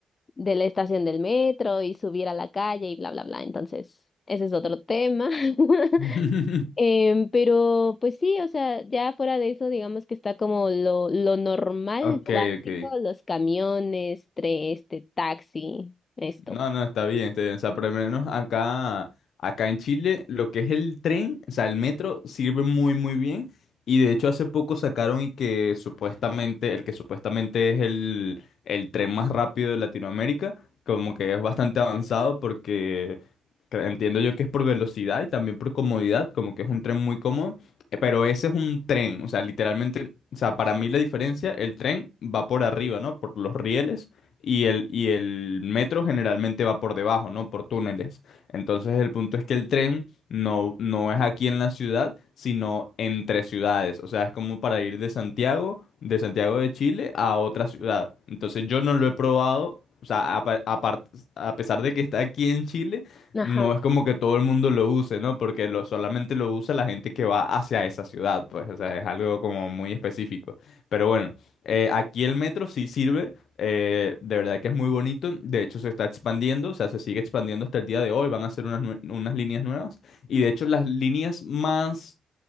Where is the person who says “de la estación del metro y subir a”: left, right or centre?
Left